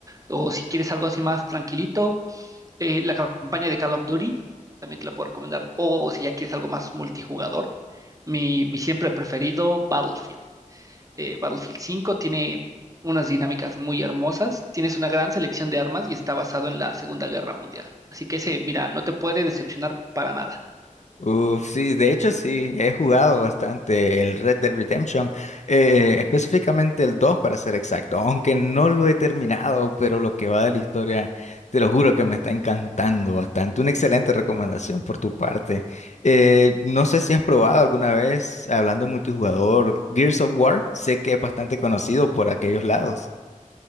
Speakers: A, on the right; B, on the left.
A: O si quieres algo así más tranquilito, eh, la campaña de Call of Duty también te la puedo recomendar. O si ya quieres algo más multijugador, mi, mi siempre preferido, Battlefield eh, Battlefield 5 tiene unas dinámicas muy hermosas, tienes una gran selección de armas y está basado en la Segunda Guerra Mundial. Así que ese, mira, no te puede decepcionar para nada.
B: Uf, sí, de hecho sí, he jugado bastante el Red Dead Redemption, eh, eh, específicamente el 2 para ser exacto, aunque no lo he terminado, pero lo que va de la historia, te lo juro que me está encantando bastante. Una excelente recomendación por tu parte. Eh, no sé si has probado alguna vez, hablando de multijugador, Gears of War, sé que es bastante conocido por aquellos lados.